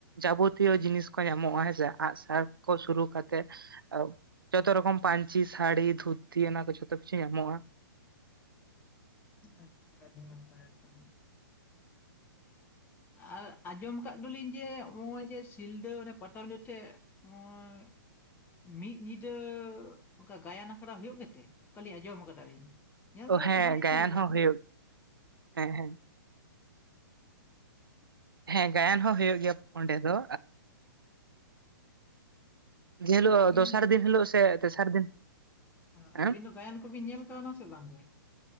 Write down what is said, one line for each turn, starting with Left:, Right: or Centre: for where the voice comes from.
Right: ᱡᱟᱵᱚᱛᱤᱭᱚ ᱡᱤᱱᱤᱥ ᱠᱚ ᱧᱟᱢᱚᱜᱼᱟ ᱦᱮᱸᱥᱮ ᱟᱸᱜ ᱥᱟᱨ ᱠᱚ ᱥᱩᱨᱩ ᱠᱟᱛᱮᱫ ᱡᱚᱛᱚ ᱨᱚᱠᱚᱢ ᱯᱟᱹᱧᱪᱤ ᱥᱟᱹᱲᱤ ᱫᱷᱩᱛᱤ ᱚᱱᱟ ᱠᱚ ᱡᱷᱚᱛᱚ ᱠᱤᱪᱷᱩ ᱧᱟᱢᱚᱜᱼᱟ
Left: ᱟᱪᱪᱷᱟ ᱟᱹᱰᱤ ᱱᱟᱯᱟᱭ ᱠᱟᱱᱟ ᱟᱨ ᱟᱸᱡᱚᱢ ᱟᱠᱟᱫ ᱫᱚᱞᱤᱧ ᱡᱮ ᱱᱚᱜᱼᱚᱭ ᱡᱮ ᱥᱤᱞᱫᱟᱹ ᱯᱟᱴᱟᱵᱤᱰᱟᱹ ᱴᱷᱮᱱ ᱚᱸᱭᱻ ᱢᱤᱫ ᱧᱤᱫᱟᱹ ᱚᱱᱠᱟ ᱜᱟᱭᱟᱱ ᱟᱠᱷᱲᱟ ᱦᱳᱭᱳᱜ ᱜᱮᱛᱮ ᱚᱱᱠᱟᱞᱤᱧ ᱟᱸᱡᱚᱢ ᱟᱠᱟᱫᱟᱞᱤᱧ ᱧᱮᱞ
Right: ᱚ
Left: ᱫᱚ ᱦᱳᱭᱛᱳ
Right: ᱦᱮᱸ
Left: ᱵᱟᱹᱞᱤᱧ
Right: ᱜᱟᱭᱟᱱ
Left: ᱧᱮᱞ ᱟᱠᱟᱫᱟ
Right: ᱦᱚᱸ ᱦᱩᱭᱩᱜ ᱦᱮᱸ ᱦᱮᱸ ᱦᱮᱸ ᱜᱟᱭᱟᱱ ᱦᱚᱸ ᱦᱳᱭᱳᱜ ᱜᱮᱭᱟ ᱚᱸᱰᱮ ᱫᱚ ᱡᱮ
Left: ᱛᱟᱦᱚᱞᱮ
Right: ᱦᱤᱞᱳᱜ
Left: ᱟᱹᱵᱤᱱ
Right: ᱫᱚᱥᱟᱨ ᱫᱤᱱ ᱦᱤᱞᱳᱜ ᱥᱮ ᱛᱮᱥᱟᱨ ᱫᱤᱱ
Left: ᱚ
Right: ᱦᱮᱸ
Left: ᱟᱹᱵᱤᱱ ᱫᱚ ᱜᱟᱭᱟᱱ ᱠᱚᱵᱤᱱ ᱧᱮᱞ ᱠᱟᱣᱱᱟ ᱥᱮ ᱵᱟᱝᱜᱮ